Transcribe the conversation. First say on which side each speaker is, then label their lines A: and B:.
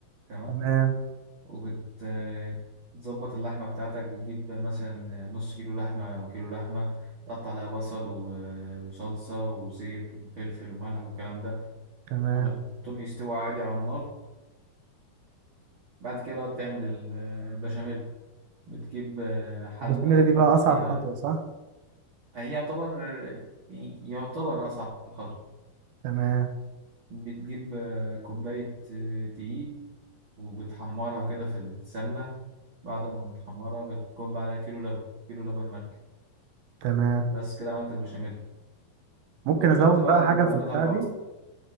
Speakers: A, on the right; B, on the right.
A: تمام
B: تمام
A: وبتظبط اللحمة بتاعتك بتجيب مثلا نص كيلو لحمة أو كيلو لحمة تقطع عليها بصل و- وصلصة وزيت وفلفل وملح والكلام ده
B: تمام
A: تحطهم يستووا عادي على النار بعد كده بقى بتعمل ال- البشاميل بتجيب حلة
B: البشاميل
A: تحط
B: دي بقى اصعب
A: فيها
B: خطوة صح
A: هي يعتبر يعني يعتبر أصعب خطوة
B: تمام
A: بتجيب آه، كوباية آه، دقيق وبتحمرها كده في السمنة بعد ما بتحمرها بتكب عليها كيلو لبن كيلو لبن مغلي
B: تمام
A: بس كده عملت البشاميل
B: ممكن
A: وبتحط
B: ازود
A: بقى
B: بقى
A: المكونات
B: حاجة في البتاعة
A: على بعض
B: دي